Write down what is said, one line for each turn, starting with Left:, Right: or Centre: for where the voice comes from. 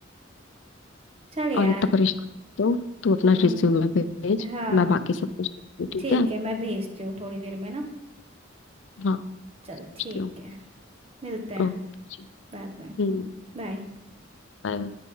Right: चल यार
Left: और इतना परेशान तो तू अपना
Right: हम्म
Left: रिज्यूमे भेज
Right: हाँ
Left: मैं बाकी सब कुछ देखती हूँ, ठीक
Right: ठीक
Left: है
Right: है मैं भेजती हूँ थोड़ी देर में ना
Left: हाँ
Right: चल
Left: भेजती
Right: ठीक
Left: हूँ
Right: है मिलते हैं
Left: ओके जी।
Right: बाद में हम्म
Left: हम्म
Right: बाय
Left: बाय